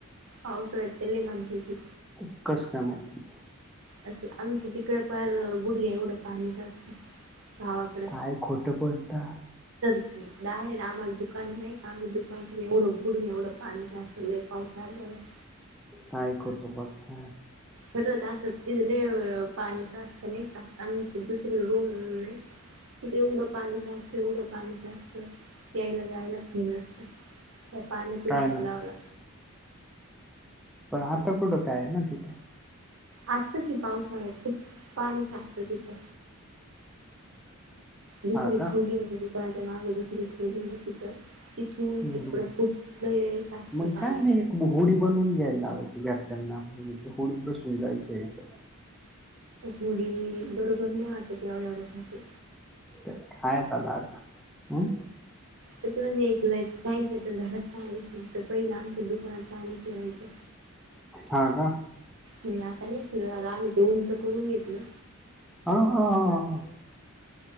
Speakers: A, on the right (about 65°); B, in the centre.
A: पावसाळ्यात तर लय मज्जा येती.
B: कु कसं काय माहिती <unintelligible>
A: असं आमच्या तिकडं पार गुडघ्या एवढं पाणी साचतं. गावाकडं
B: काय खोटं बोलता.
A: दार आहे ना आम्हाला दुकान नाही का आम्ही दुकान तर एवढं बुडलं एवढं पाणी साचत लय पाऊस झाल्याव <unintelligible>
B: तयकोठो बोलत.
A: खर असं तिथले पाणीचस्त नाही का दुसर रूम नाही. तिे एवडं पाणीच असतं एवडं पाणीच असतं यायला जायलाच नाही नसत. ज पाने तुणीिवलावला
B: काय ना पण आता कुडं काय ना तिथे
A: आजतं की पावसाळ्यात पाणी साजतं तिथ. दुसरी
B: हा का
A: खोली नतीी काच्या माग दुसरी खोली न तिथं. तिथून
B: हम्
A: तिकडं
B: ह
A: खूप लय साचतं
B: मग
A: पाणी
B: काय ना एक होडी बनून घ्यायला लावयची. घरच्यांना म्हण होडीत बसून जायचं याचं.
A: गडी बरोबर नाही वात तेढण्यासाठी
B: ते खाय त आला आता हम्.
A: ते यायच जायचच तर घरात पाणी शित पहिलं आमच्या दुकानात पाणी फिरायचं.
B: हा का.
A: नाही आता नाही सुर ददा आम्ही ते उंच करून घेतलं.
B: हा हा हा.